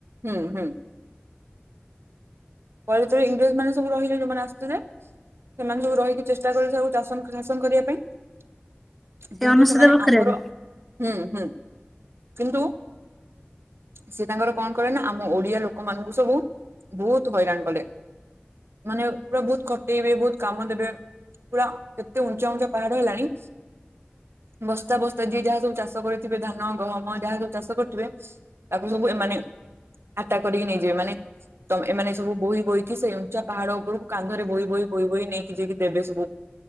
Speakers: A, on the right; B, in the centre.
A: ହୁଁ ହୁଁ। କ ତ ଇଂରେଜ ମାନେ ସବୁ ରହିଲ ଯୋଉମାନେ ଆସିୁଥିଲେ। ସେମାନ ସବୁ ରହିକି ଚେଷ୍ଟା କରିଥାଉ ଶାସନ କରିବା ପାଇଁ।
B: ସେ
A: କିନ୍ତୁ
B: ଅନେଶତ
A: ସେମାନେ
B: ବଖରାରେ
A: ଆମର ହୁଁ ହୁଁ କିନ୍ତୁ ସେ ତାଙ୍କର କଣ କରେ ନା ଆମ ଓଡିଆ ଲୋକମାନାନଙ୍କୁ ସବୁ ବହୁତ ହଇରାଣ କଲେ ମାନେ ପୁରା ବହୁତ ଖଟେଇବେ ବହୁତ କାମ ଦେବେ ପୁରା କେତେ ଉଞ୍ଚା ଉଞ୍ଚା ପାହାଡ ହେଲାଣି ବସ୍ତା ବସ୍ତା ଯିଏ ଯାହା ସବୁ ଚାଷ କରିଥିବେ ଧାନ ଗହମ ଯାହା ସବୁ ଚାଷ କରିଥିବେ ତାକୁ ସବୁ ମାନେ ଆଟାକ କରିକି ନେଇଯିବେ ମାନେ ତେ ଏମାନେ ସବୁ ବୋହି ବୋହିକି ସେ ଉଞ୍ଚା ପାହାଡ ଉପରକୁ କାନ୍ଧରେ ବୋହି ବୋହି ବୋହି ବହି ନେଇକି ଯାଇକି ଦେବେ ସବୁ